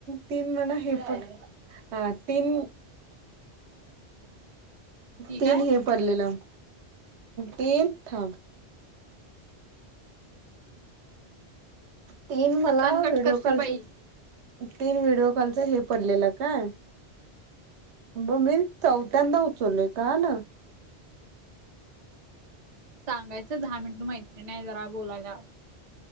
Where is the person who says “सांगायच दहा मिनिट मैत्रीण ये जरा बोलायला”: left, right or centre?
Right